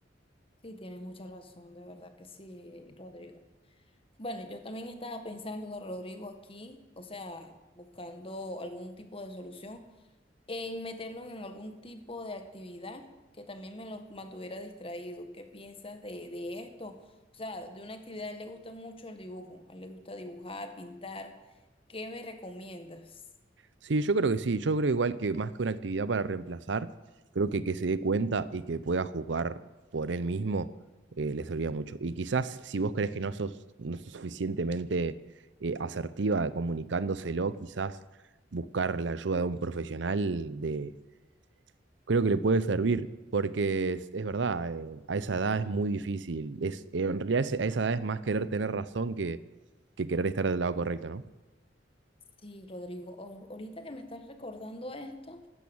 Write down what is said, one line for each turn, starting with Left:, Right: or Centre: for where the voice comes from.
Left: Sí, tienes mucha razón, de verdad que sí, Rodrigo. Bueno, yo también estaba pensando, Rodrigo, aquí, o sea, buscando algún tipo de solución, en meterlo en algún tipo de actividad que también me lo mantuviera distraído. ¿Qué piensas de, de esto? O sea, de una actividad, a él le gusta mucho el dibujo, a él le gusta dibujar, pintar. ¿Qué me recomiendas?
Right: Sí, yo creo que sí. Yo creo igual que más que una actividad para reemplazar, creo que que se dé cuenta y que pueda jugar por él mismo eh, le serviría mucho. Y quizás si vos crees que no sos, no sos suficientemente eh, asertiva comunicándoselo, quizás buscar la ayuda de un profesional de, creo que le puede servir, porque es, es verdad, eh, a esa edad es muy difícil. Es, en realidad es- a esa edad es más querer tener razón que, que querer estar del lado correcto, ¿no?
Left: Sí, Rodrigo, o- ahorita que me estás recordando esto.